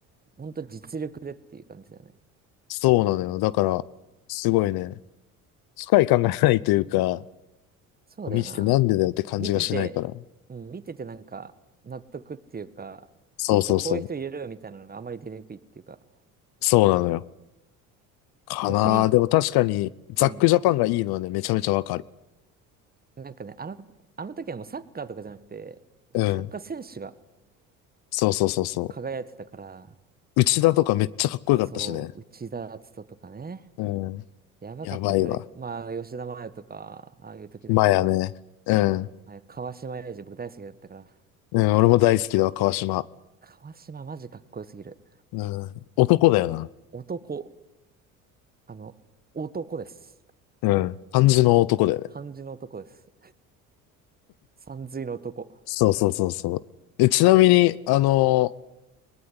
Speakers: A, on the right; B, on the left.
A: ほんと実力でっていう感じだよね。
B: そうなのよ。だから、すごいね、深い考えがないというか、
A: そうだよな。
B: 見ててなんでだよって感じがしないから。
A: 見てて、うん、見ててなんか、納得っていうか、
B: そうそうそう。
A: もっとこういう人入れろよみたいなのがあまり出にくいっていうか、
B: そうなのよ。かな。
A: 逆に、
B: でも確かに、ザックジャパンがいいのはね、
A: うん、
B: めちゃめちゃわかる。
A: なんかね、あの、あの時はもうサッカーとかじゃなくて、
B: うん。
A: そのサッカー選手が
B: そうそうそうそ
A: 輝いてたから、
B: う。内田とかめっちゃかっこよかったしね。
A: そう、内田篤人とかね、
B: うん。
A: やばかったから、
B: やばいわ。
A: まあ、吉田麻也とか、ああいう時だけど、
B: マヤね。うん。
A: あれ川島永嗣僕大好きだったから、
B: うん、俺も大好きだわ、川島。
A: 川島マジかっこよすぎる。
B: うん。男だよな。
A: 男。あの、男です。
B: うん。漢字の男だよね。
A: 漢字の男です。さんずいの男。
B: そうそうそうそう。え、ちなみに、あのー
A: うん